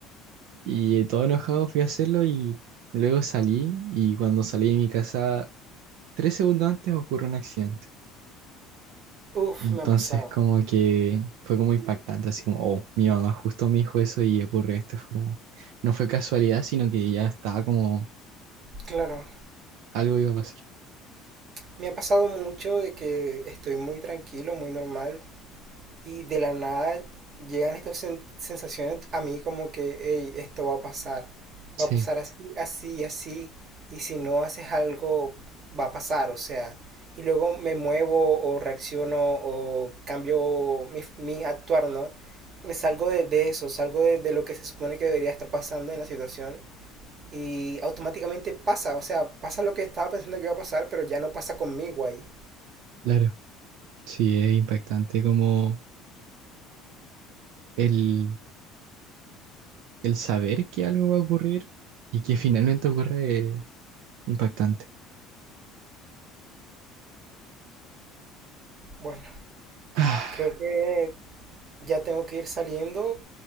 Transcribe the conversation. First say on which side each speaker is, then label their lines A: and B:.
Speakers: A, on the right (about 75°); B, on the right (about 35°).
A: Y eh, todo enojado fui a hacerlo y luego salí y cuando salí de mi casa, tres segundos antes ocurre un accidente.
B: Uf,
A: Entonces
B: me ha pasado.
A: como que fue como impactante, así como, oh, mi mamá justo me dijo eso y ocurre esto. Fue como- no fue casualidad, sino que ya estaba como
B: Claro,
A: algo iba a pasar.
B: me ha pasado mucho de que estoy muy tranquilo, muy normal Y de la nada llegan estas sen- sensaciones a mí como que, hey, esto va a pasar.
A: Sí,
B: Va a pasar así, así, y así. Y si no haces algo, va a pasar, o sea. Y luego me muevo o reacciono o cambio mi, mi actuar, ¿no? Me salgo de, de eso, salgo de, de lo que se supone que debería estar pasando en la situación. Y automáticamente pasa, o sea, pasa lo que estaba pensando que iba a pasar, pero ya no pasa conmigo ahí.
A: claro, sí, es impactante como el el saber que algo va a ocurrir y que finalmente ocurre eh, impactante.
B: Bueno,
A: Ah,
B: creo que Ya tengo que ir saliendo,